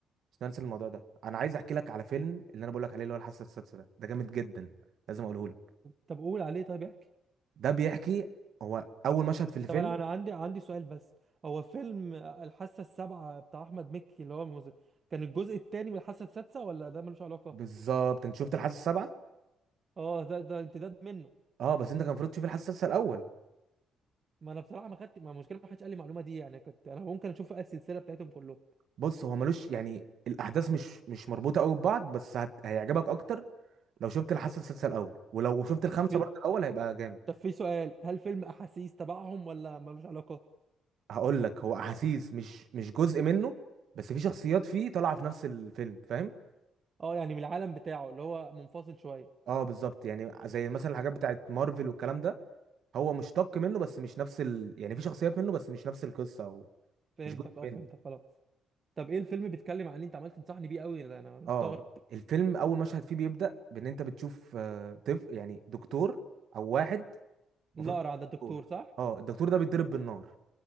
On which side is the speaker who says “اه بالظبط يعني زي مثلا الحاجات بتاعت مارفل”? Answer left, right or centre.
Right